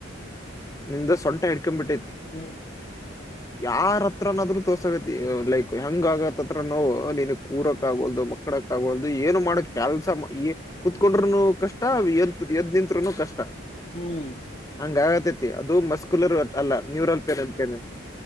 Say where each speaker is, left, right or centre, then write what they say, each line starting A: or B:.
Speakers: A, on the left (about 15°); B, on the left (about 35°).
A: ನಿಂದು ಸೊಂಟ ಇಡ್ಕೊ ಬಿಟೈತಿ.
B: ಹ್ಮ್
A: ಯಾರ ಹತ್ತಿರನಾದ್ರೂ ತೊರಸೈತಿ ಲೈಕ್ ಹೆಂಗ್ ಆಗಕೈತಿ ನೋವು ನೀನ್ ಕೂರಕ್ ಆಗೋಲ್ದು ಮಕ್ಕಳಕ್ ಆಗೋಲ್ದು ಅದು ಏನು ಮಾಡಕ್ ಕೆಲ್ಸ ಮ ಏ ಕೂತ್ಕೊಂಡ್ರುನು ಕಷ್ಟ ಎದ್ ಎದ್ದ್ ನಿಂತ್ರೂನು ಕಷ್ಟ.
B: ಹ್ಮ್ ಹ್ಮ್
A: ಹಂಗ ಆಗತೇತಿ ಅದು ಮಸ್ಕೂಲರ್ ಅಲ್ಲ ನ್ಯೂರಲ್ ಪೇನ್ ಅತ್